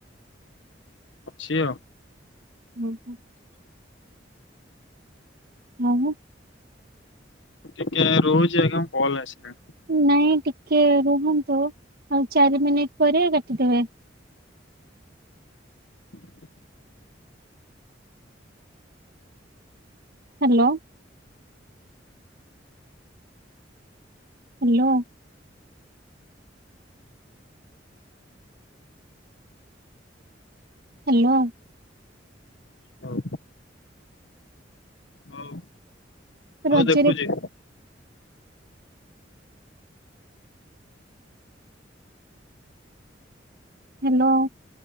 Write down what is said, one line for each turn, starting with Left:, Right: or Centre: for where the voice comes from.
Left: ଅଛି ଆଉ
Right: ହୁଁ ହୁଁ ହଁ ହଁ
Left: ଟିକେ ରହୁଛି ଆଜ୍ଞା ମୁଁ କଲ୍ ଆସିଲାଣି
Right: ନାଇଁ ଟିକେ ରୁହନ୍ତୁ ଆଉ ଚାରି ମିନିଟ ପରେ କାଟିଦେବେ
Left: <inaudible>
Right: ହ୍ୟାଲୋ ହ୍ୟାଲୋ ହ୍ୟାଲୋ
Left: ହଉ ହଉ ହଉ
Right: ରଜରେ
Left: ଦେଖୁଚି
Right: ହ୍ୟାଲୋ